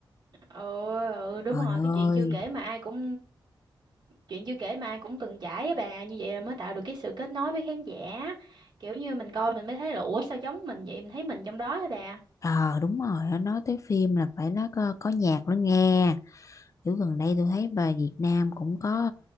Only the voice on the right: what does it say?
ừ ừ đúng
rồi cái chuyện
chưa kể mà ai cũng chuyện chưa kể mà ai cũng từng trải á bà như vậy là mới tạo được cái sự kết nối với khán giả kiểu như mình coi mình mới thấy là ủa sao giống mình vậy mình thấy mình trong đó á bà